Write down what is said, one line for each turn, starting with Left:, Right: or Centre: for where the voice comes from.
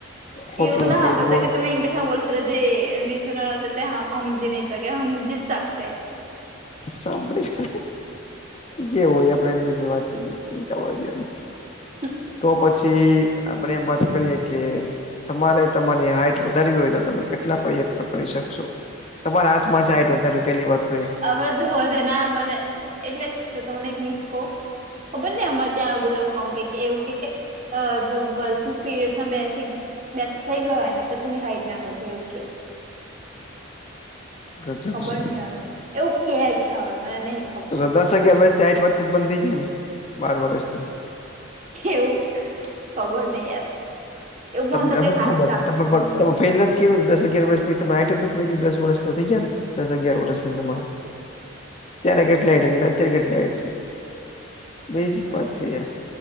Left: ખોટું
Right: એવું ના
Left: કઈક
Right: હમઝતા
Left: બોલ
Right: કે તમે ઇંગ્લિશ બો- રા જે લિસનાર તે હમજી ન ચખે હમજી સકશે
Left: સાંભળી શ જે હોય આપડે એની વિશે વાતચીત કરીશ આજઓને.
Right: હ <unintelligible>
Left: તો પછી આપડે એમ વાત કરીએ કે તમારે તમારી હાઈટ વધારવી હોય તો તમે કેટલા પ્રયત્ન પકડી શકશો- તમારા હાથમાં છે. આઈટ વધારે પેલી વાત- તો એ
Right: હવેજ વધે ના મને એટલે જો તમને નીચ કહ ખબર નઈ અમારે ત્યાં બધાવું કોમ કે કે એવું કે કે અ જો ગર્લ્સ પીરિયડમાં બેસી બેસ થઈ ગયોને પછી ની હાઈટ નામ થ એવ કે
Left: ગજબ
Right: ખબર
Left: છે.
Right: નહ હવે એવું કે છે. હવે મને નહ
Left: તો દસ અગિયાર વાથી આઠ વાજથી જ બંધ થઇ જાય ને બાર વરષથી
Right: એવું ખબર નહી યાર- એવું
Left: તમને
Right: મને તો કઈ
Left: શું
Right: સાચું
Left: ખબર નથી
Right: લાગતું
Left: તમે પણ
Right: નહી
Left: તમે ફેલ નથી. કેું દસ અગયાર વર્ષછી જ દસ વર્ષ તો થઈ ગયા ને દસ અગિયાર વર્ષ તમારે- અત્યારે કેટલીને અત્યારે કેટલી છે? બેઝિક
Right: મારી
Left: વાત છે યાર